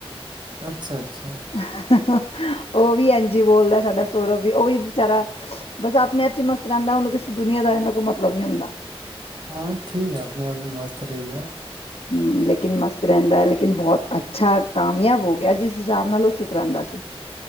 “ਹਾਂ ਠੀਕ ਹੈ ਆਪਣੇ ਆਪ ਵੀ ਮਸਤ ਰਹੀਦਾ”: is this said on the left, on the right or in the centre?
Right